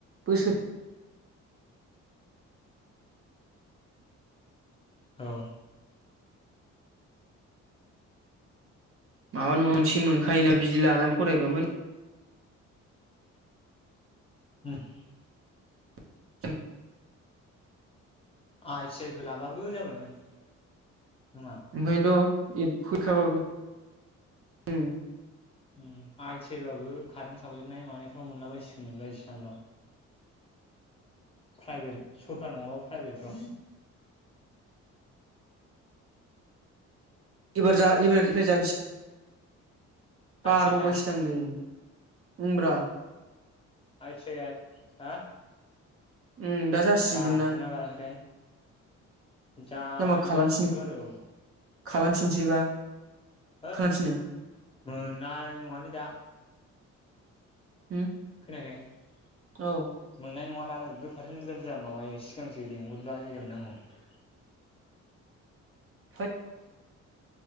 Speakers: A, on the right; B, on the left.
A: बोसोर <unintelligible>
B: औ।
A: माबा नङा सि मोनखायोना बिदि लानानै फरायबा मोन
B: हम।
A: <unintelligible>
B: आइ टि आइ फोर लाबाबो जाबायमोन। नङा
A: ओंखायनोथ' फैखाब <unintelligible>
B: उम आइ टि आइ बाबो कारेन्ट सावजेननाय मानायफ्राव मोनला बायसिगौमोन बायदिसिनाफोराव। प्राइभेट सरखार नङाबाबो प्राइभेटफ्राव
A: एबार जा एबारनिफ्रा जानोसै
B: आइ
A: बारबावबायसो
B: थि आइ ना?
A: दांलै उमब्रा
B: आइ टि आइ आ हा
A: उम दा जासिगोन
B: बार
A: ना
B: दोना बाराखै थाय। जा-जासिखोन्थ
A: जामा खालामफिन
B: आरो
A: खालामफिनसैबा
B: होत
A: खालामफिनो
B: मोननाय नङालै दा
A: उम
B: खोनायाखै
A: औ
B: मोननाय नङा मानो गोफारसे बुरजा-बुरजा माबायो सिगांसो लेंंहरब्ला होदोंमोन आंखौ
A: फइत